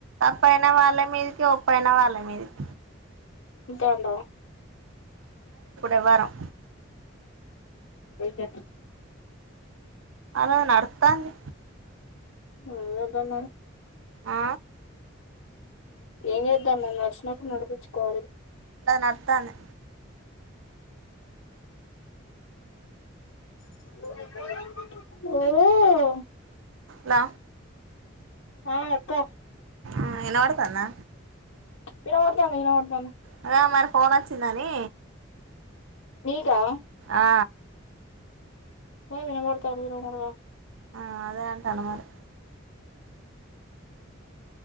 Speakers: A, on the right; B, on the left.
A: పైన వాళ్ళ మీదకి ఒప్పైన వాళ్ళ మీదకి
B: కాండ
A: ఎవరం
B: వతే
A: అలా నడుతంది
B: అ అదన్నా
A: ఆ
B: ఏం చేద్దా మం నడిచినాప్పుడు నడిపించుకోవాలి
A: అలా నడుత్తాంది
B: ఓ
A: ల
B: ఆ అక్క
A: ఆ ఇన పడుతందా
B: ఇన పడ్తందీ ఇన పడ్తందీ
A: అదే మరి పోచ్చ దని
B: నీకా
A: ఆ
B: వినపడుత అడిరు మడుగా
A: ఆ అదేంటను మరి